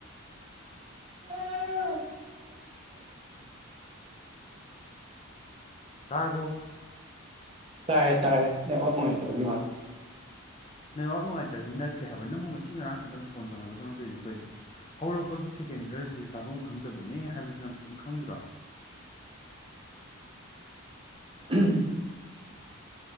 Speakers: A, on the right; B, on the left.
A: <unintelligible>
B: ꯇꯥꯔꯕꯣ
A: ꯇꯥꯏꯌꯦ ꯇꯥꯏꯌꯦ ꯅꯦꯋꯥꯛ ꯅꯨꯉꯥꯏꯇꯕꯩ ꯃꯥꯜꯂꯦ
B: ꯅꯦꯋꯥꯛ ꯅꯨꯉꯥꯏꯇꯕꯩ ꯅꯠꯇꯦ ꯍꯥꯏꯕ ꯅꯪꯕꯨ ꯉꯁꯤ ꯉꯔꯥꯡ ꯈꯇꯪ ꯐꯣꯟ ꯇꯧꯅꯕꯗꯧꯅ ꯇꯣꯏꯗꯨ ꯀꯩꯅꯣ ꯍꯧꯔꯛꯄꯒꯤ ꯁꯦꯀꯦꯟ ꯈꯔꯁꯤꯗꯤ ꯇꯥꯕꯝ ꯈꯪꯗꯕꯅꯦ ꯍꯥꯏꯕꯁꯤ ꯅꯪ ꯀꯩꯏꯝ ꯈꯪꯗ꯭ꯔꯣ
A: <unintelligible>